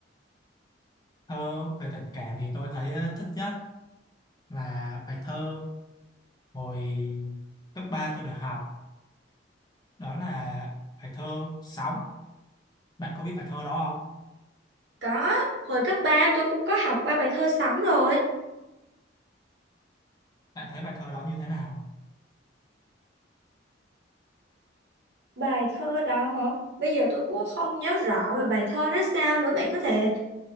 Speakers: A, on the left; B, on the right.
A: Thơ về tình cảm thì tôi thấy ờ, thích nhất là bài thơ hồi cấp 3 tôi được học. Đó là bài thơ Sóng. Bạn có biết bài thơ đó không?
B: Có, hồi cấp 3 tôi cũng có học qua bài thơ sống rồi.
A: Bạn thấy bài thơ đó như thế nào?
B: Bài thơ đó hả? Bây giờ tôi cũng không nhớ rõ về bài thơ đó sao nữa. Bạn có thể